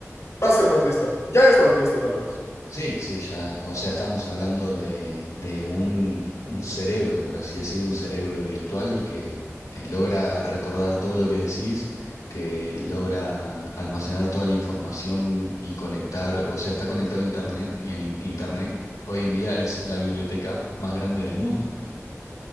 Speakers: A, on the left; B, on the left.
A: va a ser más lista. Ya es más lista tal vez.
B: Sí, sí, ya. O sea, estamos hablando de, de un, un cerebro, por así decir, un cerebro virtual que eh, logra recordar todo lo que decís, que logra almacenar toda la información y conectar, o sea, está conectado a Internet y en in- Internet hoy en día es la biblioteca más grande del mundo.